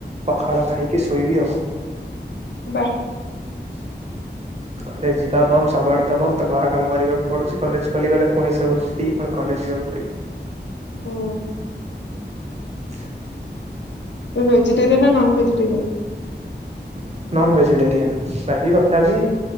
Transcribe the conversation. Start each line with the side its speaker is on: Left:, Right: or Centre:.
Right: ପଖାଳ ଖାଇକି ଶୋଇବି ଆଉ।
Left: ବା।
Right: <unintelligible> କଲେଜ ଯିବା ବନ୍ଦ ସବୁଆଡ଼େ ତ ବନ୍ଦ ଘର କାମ କରିବାକୁ ପଡ଼ୁଛି କଲେଜ ଖୋଲିଗଲେ ପୁଣି ସବୁ ଫିଟି ପୁଣି କଲେଜ ଯିବାକୁ ପଡ଼ିବ।
Left: ଓ
Right: <unintelligible>
Left: ଭେଜିଟେରୟନ ନା ନନ୍ ଭେଜିଟେରିୟନ୍।
Right: ନନ ଭେଜିଟେରିଆନ୍ ବାକି ତଥାପି